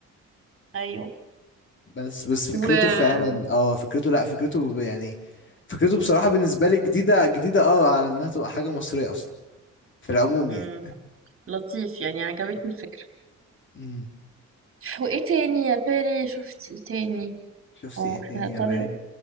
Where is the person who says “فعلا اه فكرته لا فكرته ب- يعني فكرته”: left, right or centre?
Left